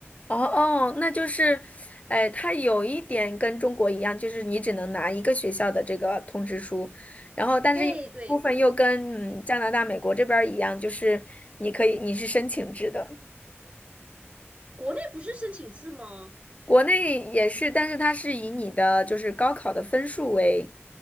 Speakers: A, on the left (about 30°); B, on the right (about 30°).
A: 哦哦，那就是，哎，它有一点跟中国一样，就是你只能拿一个学校的这个通知书，然后但是有部分又跟嗯加拿大、
B: 对对对，
A: 美国这边儿一样，就是你可以你是申请制的。
B: 国内不是申请制吗？
A: 国内也是，但是它是以你的就是高考的分数为